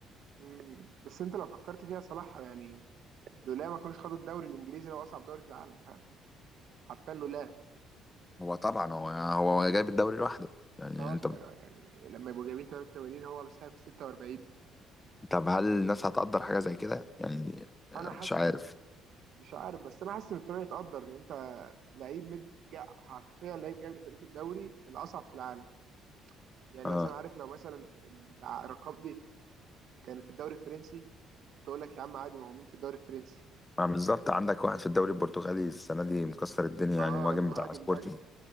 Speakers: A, on the right; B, on the left.
A: مم، بس انت لو فكرت فيها صلاح يعني لولا ما كانوش خدوا الدوري الانجليزي لو اصعب دوري في العالم فاهم حرفيا لولا
B: هو طبعا هو هو جايب الدوري لوحده يعني
A: اه
B: انت
A: يعني لما يبقوا جايبين 83 هو مساهم في 46
B: طب هل الناس هتقدر حاجه زي كده يعني آه،
A: انا حاسس
B: مش عارف
A: انه مش عارف بس انا حاسس ان الطريق يتقدر لان انت لعيب مد جا حرفيا لعيب جايب لفرقته الدوري الاصعب في العالم يعني
B: آه،
A: مثلا عارف لو مثلا الع- الارقام دي كانت في الدوري الفرنسي كنت اقول لك يا عم عادي ما هو مين في الدوري الفرنسي
B: ما بالظبط عندك واحد في الدوري البرتغالي السنة دي مكسر الدنيا
A: اه
B: يعني مهاجم
A: المهاجم
B: بتاع سبورتنج
A: ده